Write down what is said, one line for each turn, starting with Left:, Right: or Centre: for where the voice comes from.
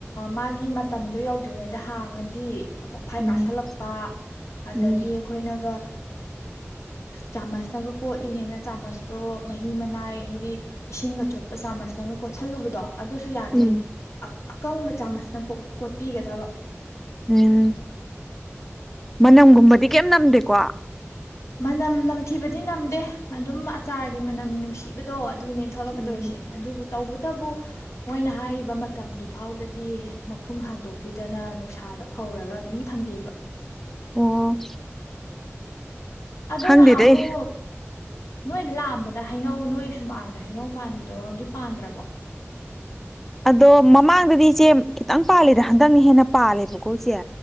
Left: ꯃꯥꯒꯤ ꯃꯇꯝꯗꯣ ꯌꯧꯗ꯭ꯔꯤꯉꯩꯗ ꯍꯥꯡꯉꯗꯤ ꯀꯣꯛꯐꯥꯏ
Centre: ꯎꯝ
Left: ꯀꯥꯁꯜꯂꯛꯄ ꯑꯗꯒꯤ
Centre: ꯎꯝ
Left: ꯑꯩꯈꯣꯏꯅꯒ ꯆꯥꯃꯁꯇꯪꯒ ꯀꯣꯠꯂꯤꯅꯦꯅ ꯆꯥꯃꯁꯇꯣ ꯃꯍꯤ ꯃꯅꯥꯏ ꯍꯥꯏꯗꯤ ꯏꯁꯤꯡꯒ ꯆꯣꯠꯄ ꯆꯥꯃꯁꯇꯪꯒ ꯀꯣꯠꯁꯜꯂꯨꯕꯗꯣ ꯑꯗꯨꯁꯨ ꯌꯥ
Centre: ꯎꯝ
Left: ꯑ ꯑꯀꯪꯕ ꯆꯥꯃꯁꯅ ꯀꯣꯠꯄꯤꯒꯗꯕ
Centre: ꯎꯝ ꯃꯅꯝꯒꯨꯝꯕꯗꯤ ꯀꯩꯝ ꯅꯝꯗꯦꯀꯣ
Left: ꯃꯅꯝ ꯅꯝꯊꯤꯕꯗꯤ ꯅꯝꯗꯦ ꯑꯗꯨꯝ ꯑꯆꯥꯔꯒꯤ ꯃꯅꯝ ꯅꯨꯡꯁꯤꯕꯗꯣ ꯑꯗꯨꯅꯦ ꯊꯣꯛꯂꯛꯀꯗꯣꯏꯁꯦ
Centre: ꯎꯝ
Left: ꯑꯗꯨꯕꯨ ꯇꯧꯕꯇꯕꯨ ꯃꯣꯏꯅ ꯍꯥꯏꯔꯤꯕ ꯃꯇꯝꯗꯨ ꯐꯥꯎꯗꯗꯤ ꯃꯈꯨꯝ ꯍꯥꯡꯗꯣꯛꯄꯤꯗꯅ ꯅꯨꯡꯁꯥꯗ ꯐꯧꯔꯒ ꯑꯗꯨꯝ ꯊꯝꯕꯤꯕ
Centre: ꯑꯣ
Left: ꯑꯗꯨ
Centre: ꯈꯪꯗꯦꯗ
Left: ꯅꯍꯃꯨ
Centre: ꯑꯩ
Left: ꯅꯣꯏꯗ ꯂꯥꯛꯑꯝꯕꯗ ꯍꯩꯅꯧ ꯅꯣꯏ ꯁꯨꯃꯥꯡꯗ ꯍꯩꯅꯧ ꯄꯥꯟꯕꯗꯣ ꯑꯗꯨ ꯄꯥꯟꯗ꯭ꯔꯕꯣ
Centre: ꯑꯗꯣ ꯃꯃꯥꯡꯗꯗꯤ ꯏꯆꯦ ꯈꯤꯇꯪ ꯄꯥꯜꯂꯤꯦꯗ ꯍꯟꯗꯛ ꯍꯦꯟꯅ ꯄꯥꯜꯂꯦꯕꯀꯣ ꯏꯆꯦ